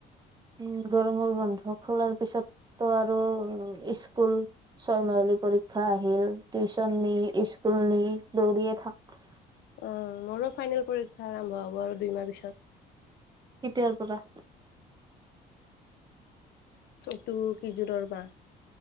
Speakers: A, on the right (about 25°); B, on the left (about 75°).
A: উম গৰমৰ বন্ধ খোলাৰ পিছততো আৰু স্কুল ছয়মাহিলি পৰীক্ষা আহিল টিউচন নি স্কুল নি দৌৰিয়ে থাক।
B: অ মোৰো ফাইনেল পৰীক্ষা আৰম্ভ হ'ব আৰু দুইমাহ পিছত।
A: কেতিয়াৰ পৰা?
B: এইটো কি যোৰৰ মাহ